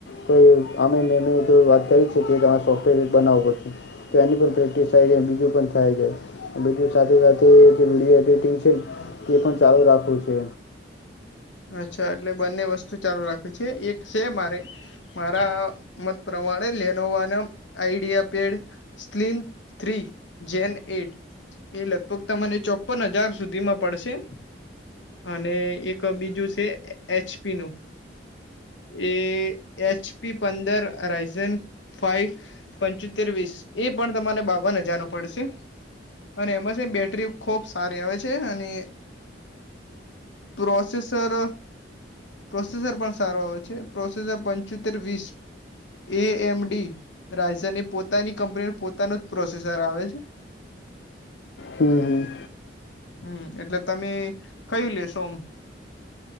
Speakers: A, on the left; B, on the left.
A: તોય અમે મેમે તો વાત કરી છે, કે તમાર સોફ્ટવેર એક બનાવવું પડશે તો એની પર પ્રેક્ટિસ થઇ જાય બીજું પણ થાય જાય બીજું સાથે સાથે જે વિડીયો એડિટિંગ છે. તે પણ ચાળું રાખવું છે.
B: અચ્છા એટલે બંને વસ્તુ ચાલુ રાખવી છે, એક સે મારે મારા મત પ્રમાણે લેનોવાનમ આઈડિયા પેડ સ્થિલીન થ્રી જેન એઇટ એ લગભગ ત મને ચોપ્પન હજાર સુધીમાં પડશે અને એ ક બીજું સે એચપીનુ એ એચ પી પંદર અરાઈઝન ફાઈવ પંચોતેર વીસ એ પણ તમને બાવન હજારનું પડશે અને એમાં છે, ન બેટરી ખોબ સારી આવે છે, અને પ્રોસેસર પ્રોસેસર પણ સારો આવે છે, પ્રોસેજર પંચોતેર વીસ એ એમ ડી રાજ્યની પોતાની કંપનીનું પોતાનું જ પ્રોસેઝર આવે છે.
A: હમ્મ-હમ્મ.
B: હમ્મ. એટલે તમે કંઈ લેશો ઓમ?